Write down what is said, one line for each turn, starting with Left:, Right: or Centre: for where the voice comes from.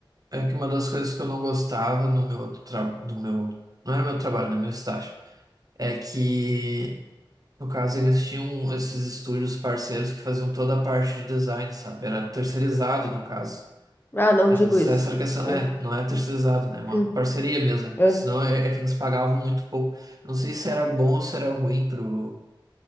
Right: é que uma das coisas que eu não gostava no meu outro tra... no meu. Não era meu trabalho, né? Meu estágio. É que, no caso, eles tinham esses estúdios parceiros que faziam toda a parte de design, sabe? Era terceirizado, no caso.
Left: Ah, não
Right: Mas
Left: digo
Right: essa
Left: isso.
Right: essa arcação
Left: É.
Right: é, não é terceirizado, né? É uma
Left: Hum,
Right: parceria mesmo, né? porque
Left: É.
Right: senão é, é que eles pagavam muito pouco. Não sei se era bom ou se era ruim pro.